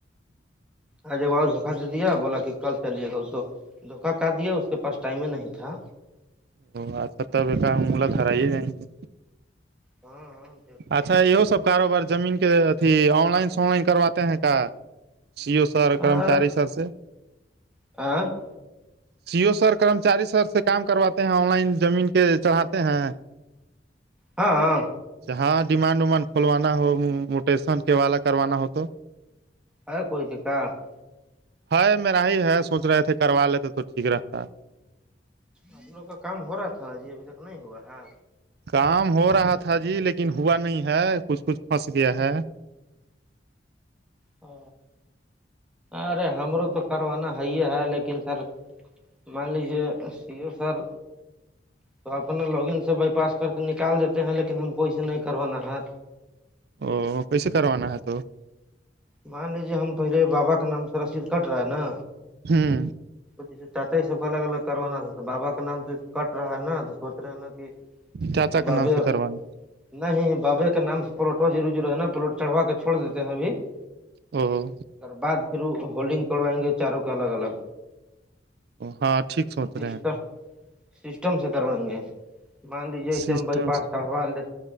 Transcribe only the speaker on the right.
ا اچھا تب ایک ہملہ ہھرائی ہی جائیں گے
اچھا یہ سب کاروبار زمین کے اھی آن لائن سون لائن کرواتے ہیں کا سیو سر
کرمچاری سر سے <unintelligible>
سی او سر کرمچاری سر سے کام کرواتے ہیں آن لائن زمین کے چڑھاتے ہیں
ہاں ڈیمانڈ ومانڈ کھولوانا ہو موٹیسن کے والا کروانا ہو تو
ہائے میرا ہی ہے سوچ رہے تھے کروا لیتے تو ٹھیک رہتا ہے <unintelligible>
کام ہو رہا تھا جی لیکن ہوا نہیں ہے کچھ کچھ پھنس گیا ہے
او پسے کران تو <unintelligible>
ھمم
چاچا
کے نام سے کروان
ھمم
ہاں ٹھیک سوچ رہے
ہیں
سسٹم
سے